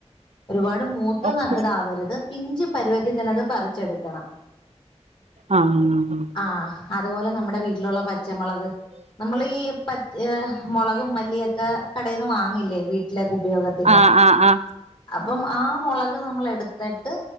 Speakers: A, on the left; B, on the right.
A: ഒരുപാട് മൂത്ത്
B: ഓക്കെ
A: ന ഇതാവരുത് പിഞ്ചു പരുവത്തിൽ തന്നെ അത് പറിച്ചെടുക്കണം
B: ആഹ്
A: ആഹ് അതുപോലെ നമ്മടെ വീട്ടിലുള്ള പച്ചമുളക് നമ്മള് ഈ പച് ഏ മൊളകും മല്ലിയെക്കെ കടെന്ന് വാങ്ങില്ലേ വീട്ടിലേക്ക് ഉപയോഗത്തിന്
B: ആഹ് ആഹ് ആഹ്
A: അപ്പം ആഹ് മുളക് നമ്മൾ എടുത്തിട്ട്